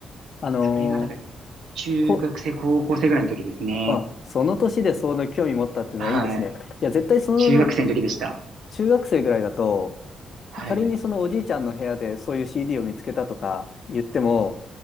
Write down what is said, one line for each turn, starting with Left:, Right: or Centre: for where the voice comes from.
Left: あの、
Right: それが、だから、中学生、
Left: こ、
Right: 高校生ぐらいの時ですね。
Left: あ、その年でその興味持ったっていうのはいいですね。
Right: はい。
Left: いや、絶対その
Right: 中学生の時でした。
Left: 中学生ぐらいだと、
Right: はい。
Left: 仮にそのおじいちゃんの部屋でそういう CD を見つけたとか言っても、